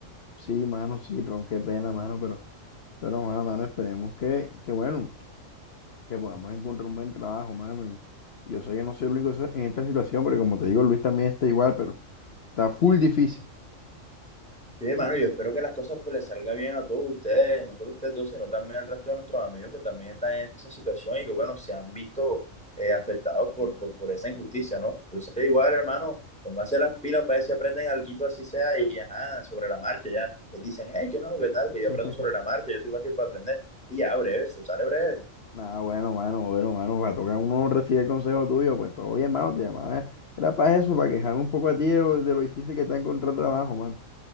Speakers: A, on the left; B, in the centre.
A: Sí, mano, sí, Ron, qué pena, mano, pero, pero, joda, mano, esperemos que, que, bueno, que podamos encontrar un buen trabajo, mano. Y, y yo sé que no soy el único esa- en esta situación, porque como te digo, Luis también está igual, pero está full difícil.
B: Sí, hermano, yo espero que las cosas pues les salga bien a todos ustedes, no solo ustedes dos, sino también al resto de nuestros amigos que también están en esa situación y que, bueno, se han visto eh, afectados por, por, por esa injusticia, ¿no? Entonces, igual, hermano, pónganse las pilas para ver si aprenden algo así sea y, ajá, sobre la marcha, ya. Les dicen, hey, que no, qué tal, que yo
A: <laughs>
B: aprendo sobre la marcha, yo soy fácil para aprender. Y ya, breve, se sale breve.
A: Nada, bueno, mano, bueno, mano, va a tocar uno recibir el consejo tuyo, pues todo bien, mano, te llamaba. Era para eso, para quejarme un poco a ti de lo, de lo difícil que está encontrar trabajo, mano.